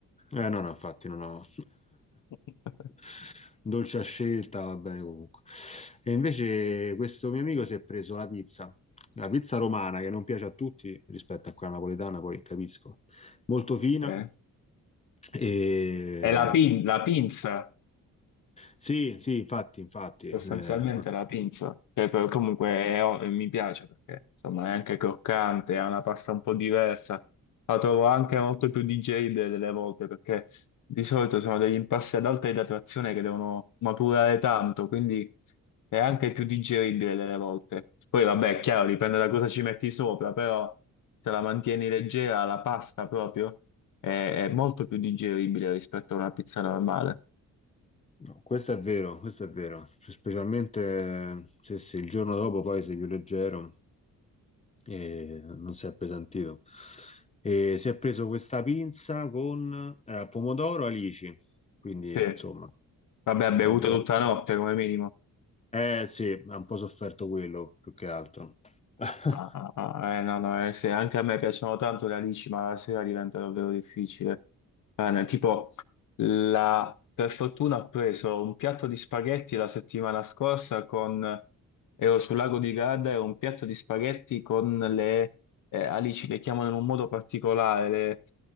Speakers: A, on the left (about 20°); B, on the left (about 60°).
A: Eh no, no, infatti non ho...
B: <laughs>
A: <laughs> Dolce a scelta, va bene comunque. E invece questo mio amico si è preso la pizza, la pizza romana che non piace a tutti rispetto a quella napoletana, poi capisco. Molto fina.
B: Eh?
A: E...
B: È la, pin- la pinza.
A: Sì, sì, infatti, infatti. eh,
B: Sostanzialmente la pinza, che poi comunque è o- mi piace perché insomma è anche croccante, è una pasta un po' diversa, la trovo anche molto più digeribile delle volte perché di solito sono degli impasti ad alta idratazione che devono maturare tanto, quindi è anche più digeribile delle volte. Poi vabbè, è chiaro, dipende da cosa ci metti sopra, però se la mantieni leggera, la pasta proprio è, è molto più digeribile rispetto a una pizza normale.
A: no, questo è vero, questo è vero. Specialmente eh, se, se il giorno dopo poi sei più leggero. e non si è appesantito. E si è preso questa pinza con eh, pomodoro alici, quindi
B: Sì.
A: insomma,
B: Vabbè, ha
A: ma
B: bevuto
A: buono.
B: tutta la notte come minimo.
A: Eh sì, ha un po' sofferto quello più che altro. <laughs>
B: Ah, ah, ah, eh, no, no, eh, se anche a me piacciono tanto le alici, ma la sera diventa davvero difficile. Eh, no, tipo, la- per fortuna ho preso un piatto di spaghetti la settimana scorsa con... Ero sul lago di Garda e ho un piatto di spaghetti con le eh, alici, le chiamano in un modo particolare.